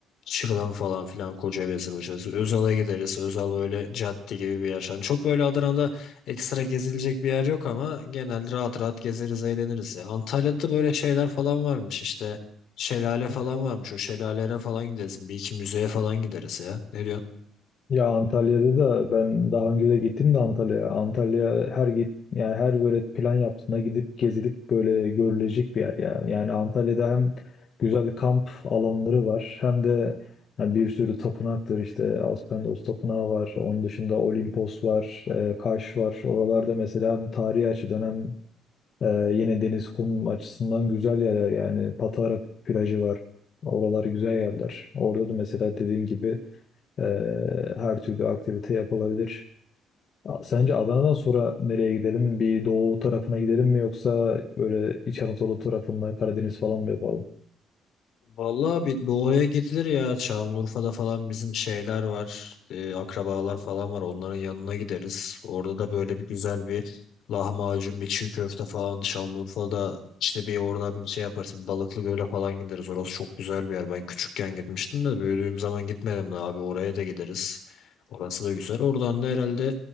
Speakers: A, on the left; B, on the left.
A: şırdan falan filan koca gezim açarız. Özal'a gideriz Özal böyle cadde gibi bir yer Yani çok böyle Adana'da ekstra gezilecek bir yer yok ama genel rahat rahat gezeriz eğleniriz ya Antalya'da böyle şeyler falan varmış işte şelale falan varmış o şelalelere falan gideriz bir iki müzeye falan gideriz ya ne
B: Ya Antalya'da da ben daha önce de gittim de Antalya'ya. Antalya her git yani her böyle plan yaptığında gidip gezilip böyle görülecek bir yer ya. Yani Antalya'da hem
A: diyorsun?
B: güzel kamp alanları var hem de yani bir sürü tapınaktır işte Aspendos Tapınağı var. Onun dışında Olimpos var, e, Kaş var. Oralarda mesela hem tarihi açıdan hem ee, yine deniz kum açısından güzel yerler yani Patara plajı var. Oralar güzel yerler. Orada da mesela dediğin gibi e, her türlü aktivite yapılabilir. A- Sence Adana'dan sonra nereye gidelim? Bir doğu tarafına gidelim mi yoksa böyle İç Anadolu tarafında Karadeniz falan mı yapalım?
A: Vallahi bir doğuya gidilir ya. Şanlıurfa'da falan bizim şeyler var. e, akrabalar falan var. Onların yanına gideriz. Orada da böyle bir güzel bir lahmacun, bir çiğ köfte falan. Şanlıurfa'da işte bir oradan bir şey yaparız. Bir Balıklı Göl'e falan gideriz. Orası çok güzel bir yer. Ben küçükken gitmiştim de büyüdüğüm zaman gitmedim de abi. Oraya da gideriz. Orası da güzel. Oradan da herhalde